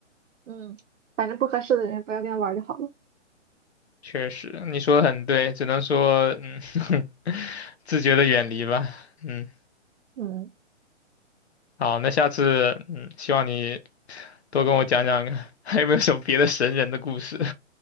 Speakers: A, on the right; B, on the left.
A: 嗯，反正不合适的人不要跟他玩儿就好了，
B: 确实，你说的很对，只能说，嗯，<laughs> 自觉的远离吧，嗯，
A: 嗯
B: 好，那下次，嗯，希望你多跟我讲讲 <laughs>，还有没有什么别的神人的故事